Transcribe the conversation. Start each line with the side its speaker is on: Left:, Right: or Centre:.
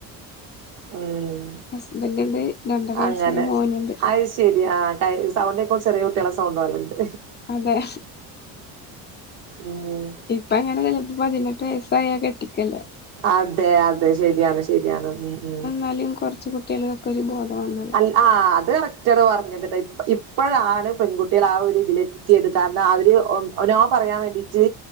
Right: ഉം
Left: ഹസ്ബൻന്റ്ണ്ട്, രണ്ടര വയസ്സായ
Right: അങ്ങനെ
Left: മോന് ണ്ട്.
Right: അത് ശരി. ആഹ് കയ് സൗണ്ട് കേക്കുമ്പം ചെറിയ കുട്ട്യാളെ സൗണ്ട് പോലണ്ട്.
Left: അതെ
Right: ഉം
Left: ഇപ്പം അങ്ങനോന്ന്ല്ല. ഇപ്പം പതിനെട്ട് വയസ്സായ കെട്ടിക്കല്ലേ.
Right: അതെ അതെയ ശരിയാണ് ശരിയാണ്. ഉം ഉം
Left: ന്നാലും കൊർച്ച് കുട്ടികൾക്കൊക്കെ ഒരു ബോധം വന്നല്ലോ.
Right: ആഹ് അത് കറക്റ്റ് ആണ് പറഞ്ഞത്ട്ടോ. ഇപ് ഇപ്പഴാണ് പെൺകുട്ടികള് ആ ഒരു ഇതിൽ എത് ത്തിയത് കാരണം അവര് ഒം നോ പറയാൻ വേണ്ടീട്ട്